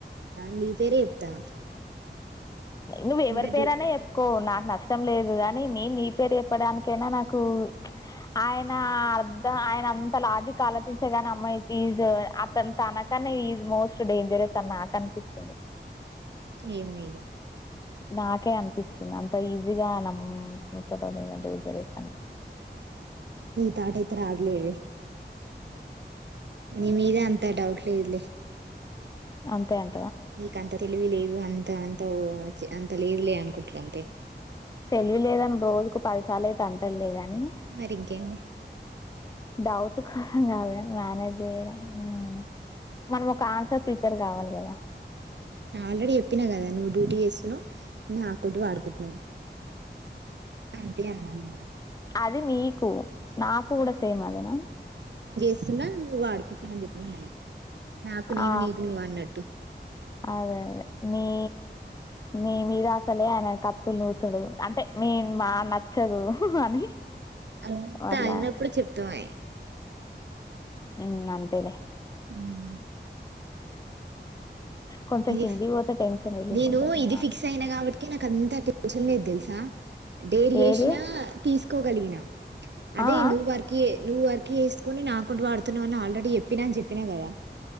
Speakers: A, on the right (about 70°); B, on the left (about 20°).
A: నీ పేరే చెప్తా
B: నువ్వు ఎవరి
A: నువ్వే
B: పేరన్న
A: డు
B: చెప్పుకో నాకు న ఇష్టం లేదు కాని నే నీ పేరు చెప్పడానికైనా నాకు ప్చ్ ఆయన అర్ధ ఆయన అంత లాజిక్ ఆలోచంచగానే అమ్మాయి ఈజ్ అతను తనకన్న ఈజ్ మోస్ట్ డేంజరస్ అని నాకు అనిపిస్తుంది
A: ఏమ్ ఇగ
B: నాకే అనిపిస్తుంది అంత ఈజీగా నమ్ మ్ముతడో లేదో అని డౌట్ పెరుగుతుంది
A: దాటైతే రాడ్ లేవే నీ మీద అంత డౌట్ లేదులే
B: అంతే అం
A: నీకంత తెలివి లేదు అంత అంత అంత లేదు లే అనుకుంటరు అంతే
B: తెలివి లేదని రోజుకు పదిసార్లు అయితే అంటడు లే గా నీ
A: మరి ఇంకేంది
B: డౌట్ కోసం కాదు కాని మేనేజ్ ఏడ ఉమ్ మనం ఒక ఆన్సర్ ప్రిపేర్ కావాలి కదా
A: ఆల్రెడీ చెప్పిన కదా నువ్వు డ్యూటీ చేస్తున్నావు నా అకౌంట్ వాడుకుంటున్నావ్ అంతే అన్న నేను
B: అది మీకు నాకు కూడా సేమ్ అదేనా
A: స్తున్నా నువ్వు వాడుకుంటునవని చెప్పమన్న కదా నాకు నేను
B: ఆ
A: నీకు నువ్వన్నట్టు
B: అదే అదే మీ నీ మీద అసలే ఆయన కత్తులు నూర్తడు అంటే మీ మా నచ్చదు అని
A: అంత
B: వాళ్ళ
A: అయినప్పుడు చెప్తా మే
B: ఉమ్ అంతేలే
A: ఉమ్
B: కొంచెం
A: ఇది
B: కిందికి పోతే టెన్షన్ రిలీఫ్
A: నేను
B: ఉంటుంది
A: ఇది ఫిక్స్ అయిన కాబట్టి నాక్ అంత టెన్షన్ లేదు తెలుసా డేర్ చేసినా
B: ఏది
A: తీసుకోగలిగిన అదే
B: ఆ ఆ
A: నువ్ వర్క్ ఏ నువ్వు వర్క్ చేసుకుని నా అకౌంట్ వాడుతున్నావు అని ఆల్రెడీ చెప్పినా అని చెప్పినా కద